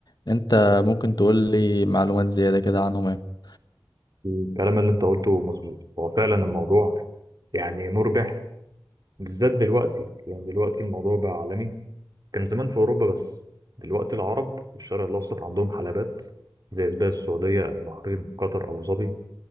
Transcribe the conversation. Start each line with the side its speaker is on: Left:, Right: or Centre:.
Left: انت ممكن تقول لي معلومات زيادة كده عنهم ايه
Right: الكلام اللي انت قلته مظبوط هو فعلا الموضوع يعني مربح بالذات دلوقتي يعني دلوقتي الموضوع بقى عالمي كان زمان في اوروبا بس دلوقتي العرب في الشرق الاوسط عندهم حلبات زي سباق السعوديه البحرين قطر ابو ظبي